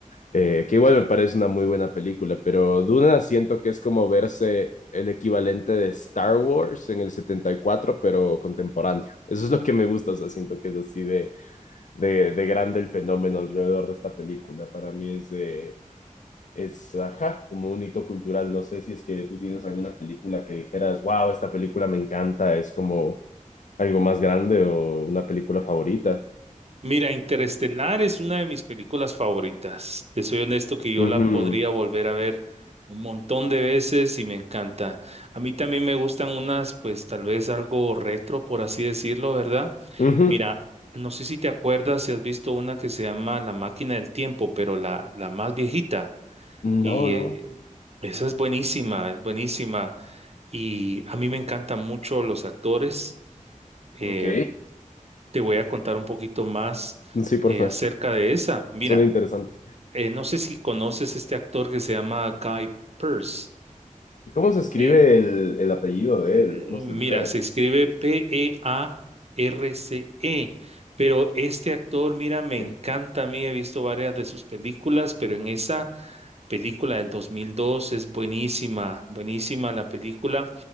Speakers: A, on the left (about 65°); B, on the right (about 50°).
A: eh, que igual me parece una muy buena película, pero Duna siento que es como verse el equivalente de Star Wars en el 74 pero contemporáneo. Eso es lo que me gusta, o sea, siento que es así de, de, de grande el fenómeno alrededor de esta película. Para mí es, eh, es, ajá, como un hito cultural. No sé si es que tú tienes alguna película que dijeras, wow, esta película me encanta, es como algo más grande o una película favorita.
B: Mira, Interestelar es una de mis películas favoritas. Te soy honesto que yo
A: Ujú,
B: la podría volver a ver un montón de veces y me encanta. A mí también me gustan unas, pues tal vez algo retro, por así decirlo, ¿verdad?
A: ujú.
B: Mira, no sé si te acuerdas si has visto una que se llama La Máquina del Tiempo, pero la, la más viejita.
A: No,
B: Y
A: no.
B: eh, esa es buenísima, es buenísima. Y a mí me encantan mucho los actores. em,
A: Ok.
B: te voy a contar un poquito más
A: Sí, porfa.
B: eh, acerca de esa. Mira,
A: Suena interesante.
B: eh, no sé si conoces este actor que se llama Guy Pearce.
A: ¿Cómo se escribe
B: Eh,
A: el, el apellido de
B: eh,
A: él? ¿Cómo se
B: mira,
A: letra?
B: se escribe P-E-A-R-C-E, pero este actor, mira,
A: Ok,
B: me encanta a mí, he visto varias de sus películas, pero en esa película del 2002 es buenísima, buenísima la película